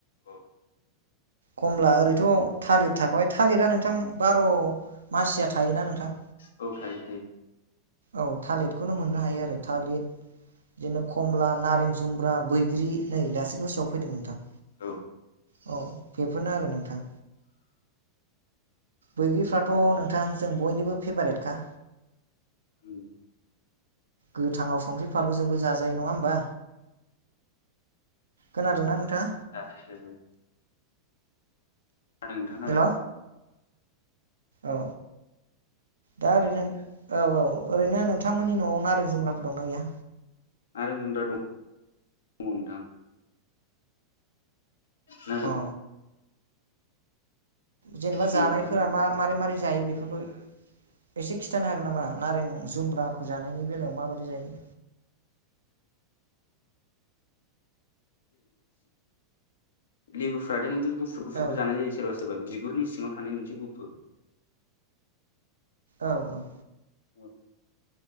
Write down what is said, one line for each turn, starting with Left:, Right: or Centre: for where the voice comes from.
Left: औ
Right: खमला ओरैथ' थालिर थाखाबाय थालिरा नोंथां बार' मासिया थायोना नोंथां।
Left: औ थायो थायो।
Right: औ थालिरखौनो मोननो हायो आरो थालिर बिदिनो खमला नारें जुमब्रा बैग्रि नै दासो गोसोआव फैदों नोंथां।
Left: औ
Right: औ बेफोरनो आरो नोंथां बैग्रिफ्राथ' नोंथां जों बयनिबो फेभारेटखा
Left: औ
Right: गोथाङाव संख्रि फानलुजोंबो जाजायो नङा होमबा खोनादोंना नोंथाङा
Left: जाजायो जाजायो। खोनादों नोंथां खोनादों।
Right: हेल' औ दा ओरैनो औ औ ओरैनो नोंथांमोननि न'आव नारें जुमब्राफोर दंना गैया?
Left: आरो जोंदा दं दङ नोंथां नारें
Right: औ जेनेबा
Left: गैया
Right: जानायफोरा
Left: खिन्थु
Right: मा मारै मारै जायो बेफोरखौ एसे खिन्थानो हागोन नामा नारें जुमब्राखौ जानायनि बेलायाव माबादि जायो?
Left: <inaudible> लेबुफ्रा देन गुफुर गुफुरखौ
Right: औ
Left: जानाय जायो सोरबा सो सोरबा बिगुरनि सिङाव थानाय मोनसे गुफुर
Right: औ औ।
Left: औ।